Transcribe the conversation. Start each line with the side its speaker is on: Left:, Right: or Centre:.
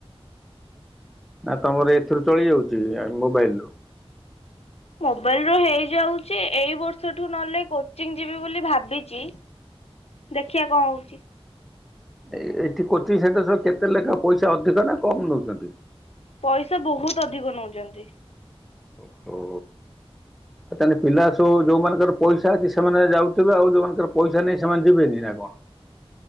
Centre: ନା ତମର ଏଥିରୁ ଚଳି ଯାଉଛି ମୋବାଇଲ ରୁ।
Left: ମୋବାଇଲ ର ହେଇଯାଉଛି ଏଇ ବର୍ଷଠୁ ନହଲେ କୋଚିଂ ଯିବି ବୋଲି ଭାବିଛି ଦେଖିଆ କଣ ହଉଛି?
Centre: ଏଇଠି କୋଚିଂ ସେଣ୍ଟର ସହ କେତେ ଲେଖା ପଇସା ଅଧିକ ନା କମ ନଉଛନ୍ତି?
Left: ପଇସା ବହୁତ ଅଧିକ ନଉଛନ୍ତି।
Centre: ଓହୋ ଆ ତାହେଲେ ପିଲା ସବୁ ଯୋଉମାନଙ୍କର ପଇସା ଅଛି ସେମାନେ ଯାଉଥିବେ ଆଉ ଯୋଉମାନଙ୍କର ପଇସା ନାହିଁ ସେମାନେ ଯିବେନି ନା କଣ?